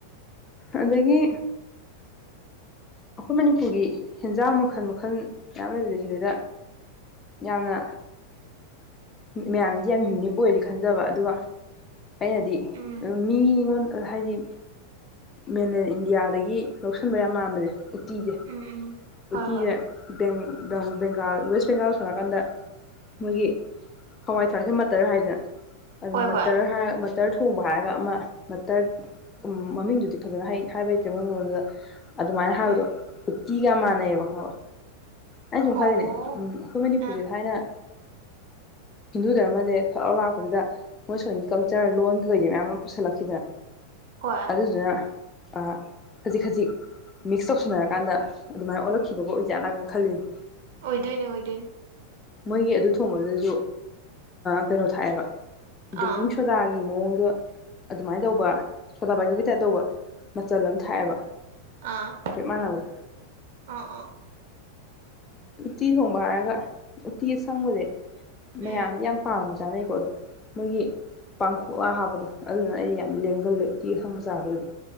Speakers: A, on the left; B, on the right.
A: ꯑꯗꯒꯤ ꯑꯩꯈꯣꯏ ꯃꯅꯤꯄꯨꯔꯒꯤ ꯍꯦꯟꯖꯥꯡ ꯃꯈꯜ ꯃꯈꯜ ꯃꯌꯥꯝ ꯂꯩꯕꯁ ꯁꯤꯗꯩꯗ ꯌꯥꯝꯅ ꯃꯌꯥꯝꯗꯤ ꯌꯥꯝ ꯌꯨꯅꯤꯛ ꯑꯣꯏꯔꯗꯤ ꯈꯟꯖꯕ ꯑꯗꯨꯒ ꯑꯩꯅꯗꯤ
B: ꯎꯝ
A: ꯃꯤꯉꯣꯟ ꯍꯥꯏꯗꯤ ꯃꯦꯟꯂꯦꯟ ꯏꯟꯗꯤꯌꯥꯗꯒꯤ ꯂꯧꯁꯤꯟꯕ ꯌꯥꯝ ꯃꯥꯟꯕꯁꯦ ꯎꯇꯤꯁꯦ
B: ꯎꯝ ꯎꯝ ꯍꯣꯏ
A: ꯎꯇꯤꯁꯦꯦꯡ
B: ꯍꯣꯏ
A: ꯕꯦꯡꯒꯥꯜ ꯋꯦꯁ ꯕꯦꯡꯒꯥꯜ ꯁꯥꯟꯉꯀꯥꯟꯗ ꯃꯣꯏꯒꯤ ꯍꯋꯥꯏ ꯊꯔꯥꯛꯁꯦ ꯃꯠꯇꯔ ꯍꯥꯏꯗꯅ ꯑꯗꯨ
B: ꯍꯣꯏ ꯍꯣꯏ
A: ꯃꯇꯔ ꯍꯥꯏꯔ ꯇꯇꯔ ꯊꯣꯡꯕ ꯍꯥꯏꯔꯒ ꯑꯃ ꯅꯇꯔ ꯃꯃꯤꯡꯗꯨꯗꯤ ꯐꯖꯅ ꯍꯥꯏꯕ ꯍꯩꯇ꯭ꯔꯦ ꯃꯣꯏ ꯃꯣꯟꯗꯨꯗ ꯑꯗꯨꯃꯥꯏꯅ
B: ꯎꯝ
A: ꯍꯥꯏꯣ ꯀ ꯀꯃꯅꯦ ꯑꯦꯕ ꯈ ꯑꯩ
B: ꯑꯣ
A: ꯁꯨꯝ ꯈꯜꯂꯤꯅꯦ ꯎꯝ ꯑꯩꯈꯣꯏ ꯃꯅꯤꯄꯨꯔꯁꯦ
B: ꯑ
A: ꯊꯥꯏꯅ ꯍꯤꯟꯗꯨ ꯗꯙꯔꯃꯁꯦ ꯐꯛꯥꯎ ꯂꯥꯛꯄꯗꯨꯗ ꯃꯣꯏ ꯁꯣꯟꯝꯒꯤ ꯀꯜꯆꯔ ꯂꯣꯟ ꯀꯩꯁꯦ ꯃꯌꯥꯝ ꯑꯃ ꯄꯨꯁꯜꯂꯛꯈꯤꯗꯅ
B: ꯍꯣꯏ
A: ꯑꯗꯨꯗꯨꯅ ꯑ ꯈꯖꯤꯛ ꯈꯖꯤꯛ ꯃꯤ ꯁꯝꯅ ꯍꯥꯏꯔꯀꯥꯟꯗ ꯑꯗꯨꯃꯥꯏꯅ ꯑꯣꯜꯂꯛꯈꯤꯕꯒ ꯑꯣꯏꯖꯥꯠ ꯅꯥꯒꯅ ꯈꯜꯂꯤꯅꯤ
B: ꯑꯣꯏꯗꯣꯏꯅꯦ ꯑꯣꯏꯗꯣꯏꯅꯤ
A: ꯃꯣꯏꯒꯤ ꯑꯗꯨ ꯊꯣꯡꯕꯗꯁꯨ ꯀꯩꯅꯣ ꯊꯥꯛꯑꯦꯕ ꯕꯦꯀꯤꯡ
B: ꯑꯥ
A: ꯁꯣꯗꯥꯒꯤ ꯃꯑꯣꯡꯗꯣ ꯑꯗꯨꯃꯥꯏꯅ ꯇꯧꯕ ꯁꯣꯗꯥꯕꯥꯏꯒꯞꯀꯤ ꯇꯥꯏꯞ ꯇꯧꯕ ꯃꯆꯜ ꯑꯃ ꯊꯥꯛꯑꯦꯕ
B: ꯑꯥ
A: ꯍꯥꯏꯐꯦꯠ ꯃꯥꯟꯅꯕꯗꯣ
B: ꯑꯥ ꯑꯥ
A: ꯎꯠꯇꯤ ꯊꯣꯡꯕ ꯍꯥꯏꯔꯒ ꯎꯇꯤ ꯑꯁꯪꯕꯁꯦ
B: ꯎꯝ
A: ꯃꯌꯥꯝꯗꯤ ꯌꯥꯝ ꯄꯥꯝꯃꯤꯁꯦ ꯆꯥꯅꯩꯀꯣ ꯑꯗꯣ ꯃꯣꯏꯒꯤ ꯄꯥꯡꯈꯣꯛꯂꯥ ꯍꯥꯞꯄꯗꯣ ꯑꯗꯨꯗꯨꯅ ꯑꯩꯗꯤ ꯌꯥꯝ ꯂꯦꯡꯒꯜꯂꯦ ꯎꯇꯤ ꯑꯁꯪ ꯆꯥꯕꯗꯗꯤ